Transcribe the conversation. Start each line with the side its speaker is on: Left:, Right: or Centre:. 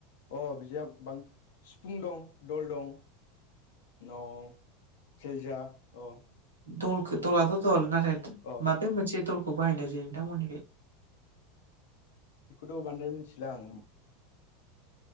Left: अ बिदिया बांसिन सिफुं दं दल दं। न' सेरजा औ।
Right: दलखौ दलाथ' दल नाथाय
Left: अ
Right: माबे मोनसे दलखौ बाहायनाय जायो नोंथांमोननिखै
Left: बेखौथ' बांद्राय मिथिला आं।